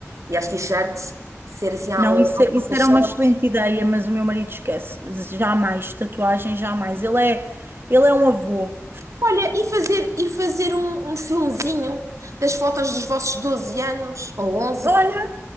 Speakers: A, on the right (about 80°); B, on the right (about 45°).
A: e às t-shirts, ser assim à-
B: Não,
A: ou
B: isso,
A: às
B: é, isso
A: fotos-chave.
B: era uma excelente ideia, mas o meu marido esquece. Jamais, tatuagem, jamais. Ele é, ele é um avô.
A: Olha, e fazer, e fazer um, um filmezinho das fotos dos vossos 12 anos, ou onze
B: Olha,